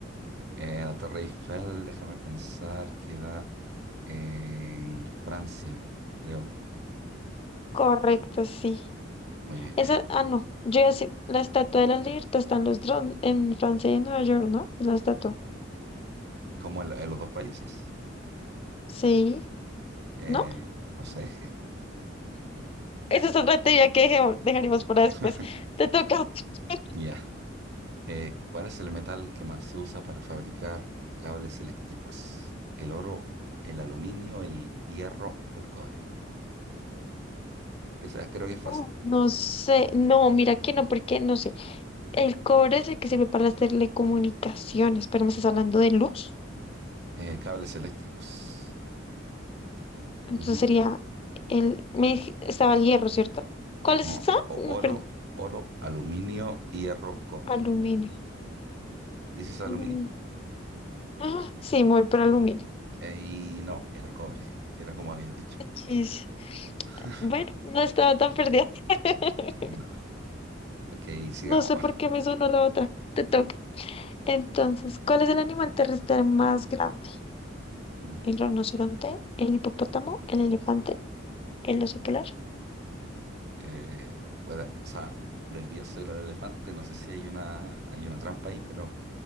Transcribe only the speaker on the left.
Correcto, sí.
Esa, ah, no. Yo ya sé, la Estatua de la Libertad está en los drones, en Francia y en Nueva York, ¿no? Es la estatua.
Sí,
¿no?
Esa es otra teoría que dejemo- dejaremos para después.
Te toca. <laughs>
Oh, No sé, no, mira que no, porque no sé. El cobre es el que sirve para las telecomunicaciones, pero me estás hablando de luz.
Entonces
sería el. Me, dij- estaba el hierro, ¿cierto? ¿Cuál es
esa?
Me
perdí.
Aluminio.
Aluminio. Ah, sí, muy por aluminio.
Chis.
Bueno, no estaba tan perdida. <laughs>
No sé por qué me sonó la otra. Te toca. Entonces, ¿cuál es el animal terrestre más grande?
¿El rinoceronte? ¿El hipopótamo? ¿El elefante? ¿El oso polar?